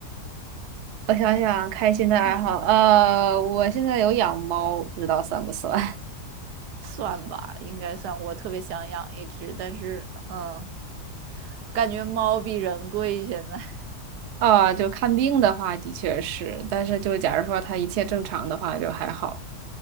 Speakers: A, on the right; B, on the right.
A: 我想想，开心的爱好，
B: 嗯，
A: 呃，我现在有养猫，不知道算不算
B: 算吧，应该算。我特别想养一只，但是，嗯，感觉猫比人贵，现在 <laughs>
A: <laughs> 啊？就看病的话，的确是，但是就假如说它一切正常的话，就还好。